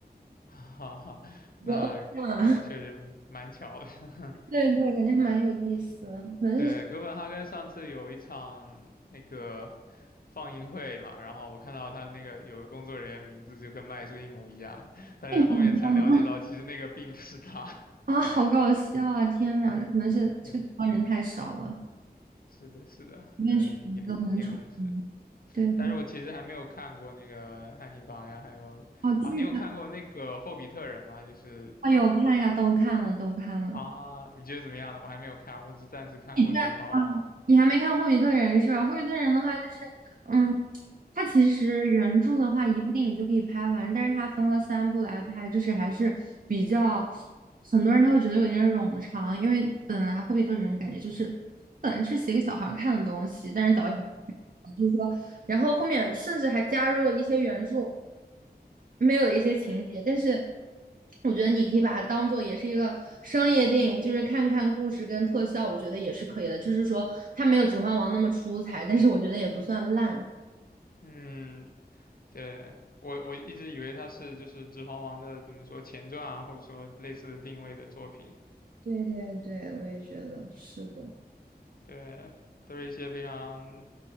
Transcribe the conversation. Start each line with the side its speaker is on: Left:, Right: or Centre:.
Left: <laughs> 哈哈，那可能确实蛮巧的。
Right: 有偶像啊，
Left: <laughs>
Right: <laughs> 对对，感觉还蛮有意思的，可能是性
Left: 对，哥本哈根上次有一场那个放映会嘛，然后我看到他那个有个工作人员名字就跟麦斯一模一样，但是后面才了解到其实那个并不是他。
Right: 格不一样吧啊，好搞笑啊！天呐，那可能是这个地方人太少了，
Left: <laughs> 对，是的，是的，
Right: 随便取名字都很丑。
Left: 可能也也可能是，
Right: 对，
Left: 但是我其实还没有看过那个《汉尼拔》呀，还有啊，
Right: 哦，剧啊，
Left: 你有看过那个《霍比特人》吗？就是
Right: 哦有看呀，都看了，都看了。
Left: 啊，你觉得怎么样呢？我还没有看，我只暂时看过《指环王》
Right: 你在啊，你还没看《霍比特人》是吧？《霍比特人》的话，就是嗯，它其实原著的话，一部电影就可以拍完，但是它分了三部来拍，就是还是比较很多人他会觉得有点冗长，因为本来《霍比特人》感觉就是本来是写给小孩儿看的东西，但是导演。就是说然后后面甚至还加入了一些原著没有的一些情节，
Left: <laughs>
Right: 但是我觉得你可以把它当做也是一个商业电影，就是看看故事跟特效，我觉得也是可以的。就是说它没有《指环王》那么出彩，但是我觉得也不算烂
Left: 嗯，对，我我一直以为它是就是《指环王》的怎么说前传啊，或者说类似的定位的作品，
Right: 对对对，我也觉得是的。
Left: 对，都是一些非常